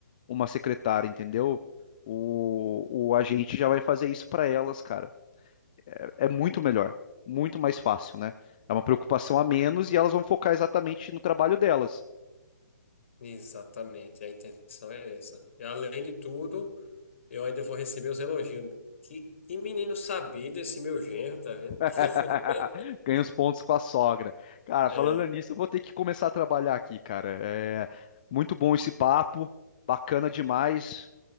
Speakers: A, on the left (about 30°); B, on the left (about 50°).
A: uma secretária, entendeu? O, o agente já vai fazer isso para elas, cara. É muito melhor, muito mais fácil, né? É uma preocupação a menos e elas vão focar exatamente no trabalho delas.
B: Exatamente, a intenção é essa. E além de tudo, eu ainda vou receber os elogios. Que, que menino sabido esse meu genro, tá vendo?
A: <laughs>
B: <laughs>
A: Ganha os pontos com a sogra. Cara,
B: É.
A: falando nisso, eu vou ter que começar a trabalhar aqui, cara. É muito bom esse papo, bacana demais.